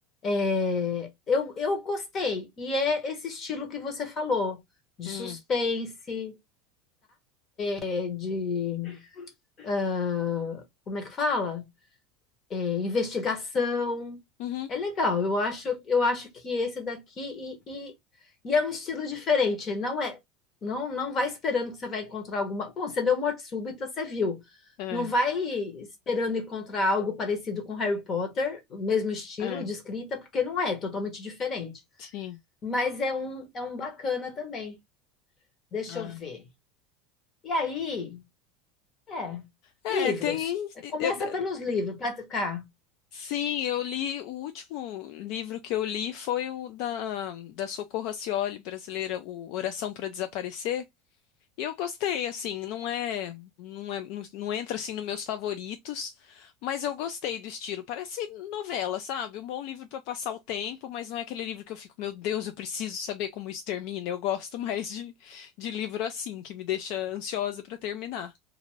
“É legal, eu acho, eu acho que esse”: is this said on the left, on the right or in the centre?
Left